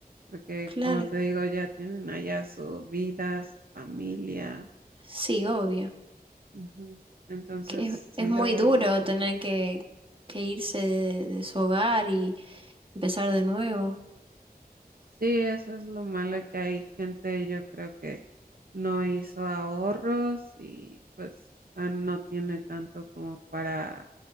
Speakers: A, on the right; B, on the right.
A: porque
B: Claro,
A: como te digo, ya tienen allá su vida, su familia.
B: sí, obvio.
A: Ujú. Entonces,
B: Que es,
A: sí
B: es muy
A: lo veo
B: duro
A: un poco.
B: tener que, que irse de, de su hogar y empezar de nuevo.
A: Sí, eso es lo malo que hay gente, yo creo que no hizo ahorros y pues ah, no tiene tanto como para